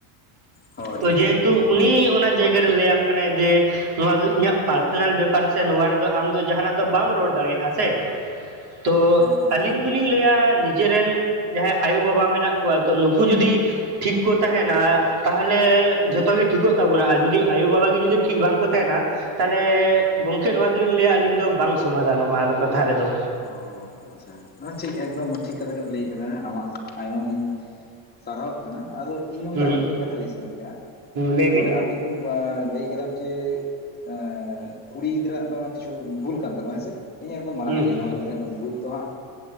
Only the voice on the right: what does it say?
ᱛᱚ ᱡᱮᱦᱮᱛᱩ ᱩᱱᱤ ᱚᱱᱟ ᱡᱟᱭᱜᱟᱨᱮ ᱞᱟᱹᱭᱟᱢ ᱠᱟᱱᱟᱭ ᱡᱮ ᱱᱚᱣᱟ ᱫᱚ ᱤᱧᱟᱹᱜ ᱯᱟᱨᱥᱚᱱᱟᱞ ᱵᱮᱯᱟᱨ ᱥᱮ ᱱᱚᱣᱟ ᱨᱮᱫᱚ ᱟᱢ ᱫᱚ ᱡᱟᱦᱟᱱᱟᱜ ᱫᱚ ᱵᱟᱢ ᱨᱚᱲ ᱫᱟᱲᱮᱭᱟᱜᱼᱟ ᱥᱮ᱾ ᱛᱚ
ᱟᱹᱞᱤᱧ ᱫᱚᱞᱤᱧ ᱞᱟᱹᱭᱟ ᱱᱤᱡᱮᱨᱮᱱ, ᱡᱟᱦᱟᱸᱭ ᱟᱭᱳᱼᱵᱟᱵᱟ ᱢᱮᱱᱟᱜ ᱠᱚᱣᱟ ᱛᱚ ᱱᱩᱠᱩ ᱡᱩᱫᱤ ᱴᱷᱤᱠ ᱠᱚ ᱛᱟᱦᱮᱱᱟ ᱛᱟᱦᱚᱞᱮ ᱡᱷᱚᱛᱚ ᱜᱮ ᱴᱷᱤᱠᱚᱜ ᱛᱟᱵᱚᱱᱟ ᱟᱨ ᱡᱩᱫᱤ ᱟᱭᱳᱼᱵᱟᱵᱟ ᱜᱮ ᱡᱩᱫᱤ ᱴᱷᱤᱠ ᱵᱟᱝᱠᱚ ᱛᱟᱦᱮᱱᱟ᱾ ᱛᱟᱦᱚᱞᱮ ᱜᱚᱝᱠᱮ ᱱᱚᱣᱟ ᱫᱚᱞᱤᱧ ᱞᱟᱹᱭᱟ ᱟᱹᱞᱤᱧ ᱫᱚ ᱵᱟᱝ ᱥᱚᱢᱟᱫᱷᱟᱱᱚᱜᱼᱟ ᱟ ᱠᱟᱛᱷᱟ ᱨᱮᱫᱚ᱾
ᱦᱩᱸ
ᱞᱟᱹᱭ ᱵᱤᱱ
ᱦᱩᱸ